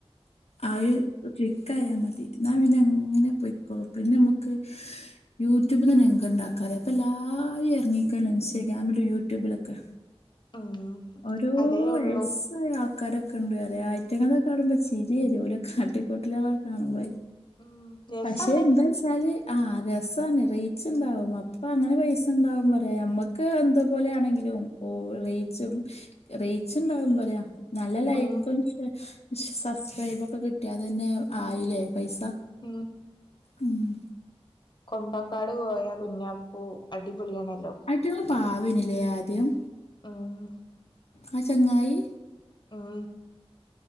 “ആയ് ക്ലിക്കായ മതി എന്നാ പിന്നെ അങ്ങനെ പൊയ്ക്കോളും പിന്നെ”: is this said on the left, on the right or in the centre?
Left